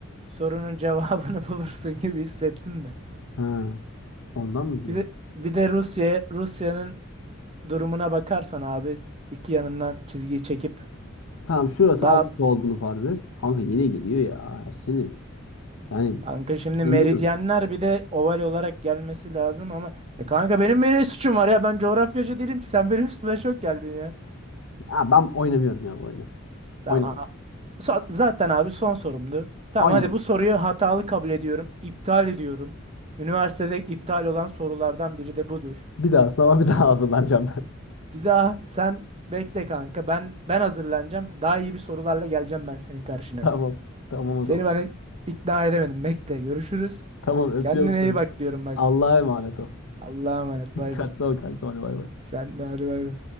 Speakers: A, on the right; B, on the left.
A: sorunun cevabını <laughs> bulursun gibi hissettim de.
B: Ha. Ondan mı diyor?
A: Bir de bir de Rusya Rusya'nın durumuna bakarsan abi iki yanından çizgiyi çekip
B: Tamam şurası
A: daha
B: Avrupa olduğunu farz et. Kanka yine geliyor ya Ersin'im. Yani
A: kanka şimdi
B: bilmiyorum.
A: meridyenler bir de oval olarak gelmesi lazım ama ya kanka benim böyle suçum var ya ben coğrafyacı değilim ki sen benim üstüme şok geldin ya.
B: Ha, ben oynamıyorum ya bu oyunu.
A: Tamam
B: Oynamıyorum.
A: Sa- Zaten abi son sorumdu. Tamam
B: Oynamıyorum.
A: hadi bu soruyu hatalı kabul ediyorum. İptal ediyorum. Üniversitede iptal olan sorulardan biri de budur.
B: Bir daha sınava bir daha hazırlanacağım ben.
A: Bir daha sen bekle kanka. Ben ben hazırlanacağım. Daha iyi bir sorularla geleceğim ben senin karşına.
B: <laughs> Tamam. Tamam o
A: Seni
B: zaman.
A: ben ikna edemedim. Bekle görüşürüz.
B: Tamam öpüyorum
A: Kendine
B: seni.
A: iyi bak diyorum bak.
B: Allah'a emanet ol.
A: Allah'a emanet
B: <laughs> Dikkatli
A: bay bay.
B: ol kanka. Hadi bay bay.
A: Sen de hadi bay bay.